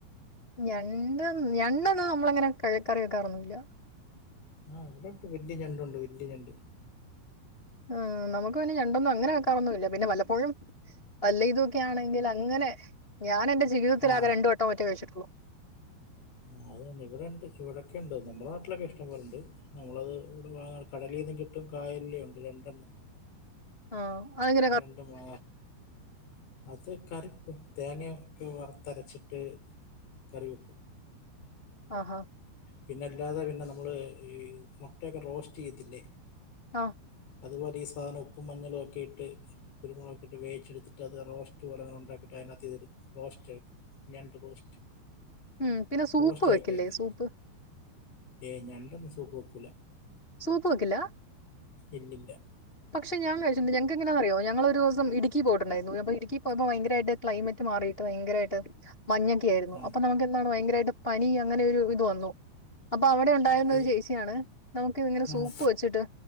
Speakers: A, on the left (about 30°); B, on the left (about 75°).
A: ഞണ്ട് ഞണ്ട് ഒന്നും നമ്മളങ്ങനെ കഴി കറി വെക്കാറൊന്നുല്ല
B: ആ ഇവടെ ഉണ്ട് വല്ല്യ ഞണ്ട് ഉണ്ട് വല്ല്യ ഞണ്ട്
A: ആ നമുക്ക് പിന്നെ ഞണ്ടൊന്നും അങ്ങനെ കാക്കാറൊന്നുല്ല പിന്നെ വല്ലപ്പോഴും അല്ല ഇതൊക്കെ ആണെങ്കില് അങ്ങനെ ഞാന എന്റെ ജീവിതത്തിലാകെ
B: ആ
A: രണ്ട് വട്ടോ മാറ്റേ കഴിച്ചിട്ടുള്ളൂ
B: ആ അതു തന്നെ ഇവട ഇണ്ട് ഇവടെക്കെ ഇണ്ട് നമ്മടെ നാട്ടിലൊക്കെ ഇഷ്ടം പൊലണ്ട് നമ്മള അത് ഇവടെ വാങ്ങ കടലീന്നും കിട്ടും കായൽല് ഉണ്ട് രണ്ടെണ്ണം.
A: ആ അതെങ്ങ
B: രണ്ട് മാ അത് കറി ക്കു തേങ്ങെക്കെ വറത്തരച്ചിട്ട് കറി വെക്കും
A: ആഹാ
B: പിന്ന അല്ലാതെ പിന്നെ നമ്മള് ഈ മുട്ടയൊക്ക റോസ്റ്റ് ചെയ്യത്തില്ലേ
A: ആ
B: അതുപോലെ ഈ സാനം ഉപ്പും മഞ്ഞളു ഒക്കെ ഇട്ട് കുരുമുളക് ഇട്ട് വേവിച്ചെടുത്തിട്ട് അത് റോസ്റ്റ് പോലെ ഉണ്ടാക്കിയിട്ട് അയിനകത്ത് ഇതൊരു റോസ്റ്റ് അയിക്കും ഞണ്ട് റോസ്റ്റ്
A: ഉം പിന്നെ സൂപ്പ്
B: റോസ്റ്റായി
A: വെക്കില്ലേ
B: കഴിക്ക്
A: സൂപ്പ്
B: ഏയ് ഞണ്ടൊന്നു സൂപ്പ് വെക്കൂല
A: സൂപ്പ് വെക്കില്ല
B: ഇല്ലില്ല
A: പക്ഷേ ഞാൻ കഴിച്ച്ണ്ട് ഞങ്ങക്ക് എങ്ങനെന്നറിയോ ഞങ്ങള് ഒരൂസം ഇട് ക്കി പോയിട്ടുണ്ടായിരുന്നു അപ്പോ ഇടുക്കി പോയപ്പോ ഭയങ്കരായിട്ട് ക്ലൈമറ്റ് മാറിയിട്ട് ഭയരായിട്ട് മഞ്ഞൊക്കെ ആയിരുന്നു
B: ഉം.
A: അപ്പൊ നമുക്ക് ഭയങ്കരായിട്ട് പനി അങ്ങനെ ഒരു ഇത് വന്നു അപ്പൊ അവടെ ഉണ്ടായിരുന്നൊരു
B: ഇത്,
A: ചേച്ചിയാണ് നമുക്ക് ഇങ്ങനെ
B: ഉം.
A: സൂപ്പ് വെച്ചിട്ട്